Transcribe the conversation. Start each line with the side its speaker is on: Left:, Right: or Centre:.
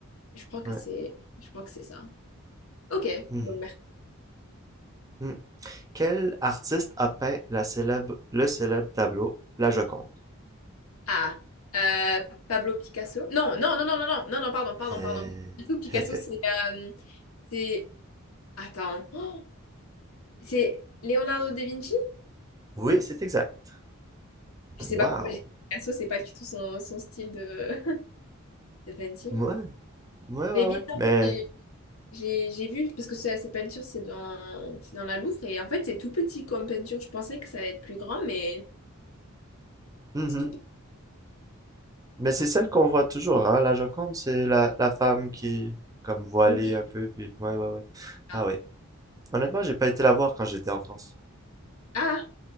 Left: Je crois que
Right: Ouais.
Left: c'est je crois que c'est ça. Ok.
Right: Hmm.
Left: Donc
Right: Hmm. Quel artiste a peint la célèbre le célèbre tableau La Joconde?
Left: Ah, euh, Pablo Picasso. Non, non, non, non, non, non, non, non, pardon, pardon,
Right: Euh,
Left: pardon. <laughs> Pablo Picasso,
Right: <laughs>
Left: c'est, euh, c'est, attends, Oh, c'est Leonardo da Vinci?
Right: Oui, c'est exact.
Left: Je sais
Right: Wow!
Left: pas pourquoi j'ai dit Picasso, c'est pas du tout son, son style de, <laughs> de peinture.
Right: Ouais, ouais, ouais,
Left: Mais bizarre,
Right: ouais. Mais,
Left: j'ai j'ai- j'ai vu, parce que ce- cette peinture, c'est dans, c'est dans la Louvre, et en fait, c'est tout petit comme peinture. Je pensais que ça allait être plus grand, mais
Right: mhm.
Left: c'est tout petit.
Right: Mais c'est celle qu'on voit toujours, hein? La Joconde, c'est la, la femme qui, comme voilée
Left: Oui.
Right: un peu, puis ouais, ouais, ouais.
Left: Ah,
Right: Ah ouais. Honnêtement, j'ai pas été la voir quand j'étais en France.
Left: Ah.